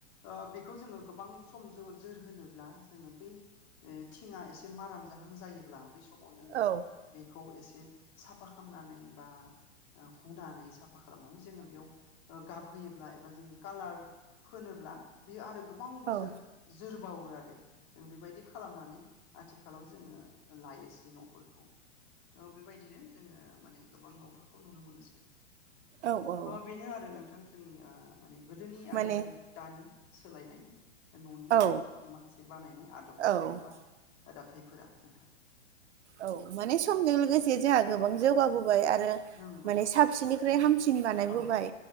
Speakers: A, on the left; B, on the right.
A: ओ बेखौ जोङो गोबां सम जौ ओ जोर होनोब्ला जोङो बै थिंङा एसे माराम जाहां जायोब्ला बै सम समाव जोङो
B: औ
A: बेखौ एसे साफा खालामनानै बा ओ हुनानै सा सा खालामनानै जोङो बेयाव गाबहोयोब्ला एबा जोङो कालार फोनोब्ला बेयो आरो गोबां बोसोर
B: औ
A: जोरबावो आरो। जों बेबायदि खालामनानै आथिखालाव जोङो लायोसै न'फोरखौ औ बेबायदिनो जोङो माने गोबां न'फोरखौ नुनो मोनोसै
B: औ औ
A: अ बेनो आरो नोंथां जोंनिया माने गोदोनि
B: माने
A: आरो दानि सोलायनाय न'नि
B: औ
A: माखासे बानायनाय आदबफोर
B: औ
A: एबा दाथायफोरा नोंथां
B: औ माने समजों लोगोसे जोंहा गोबां जौगाबोबाय आरो
A: नंगौ
B: माने साबसिन फ्राय हामसिन बानायबोबाय
A: औ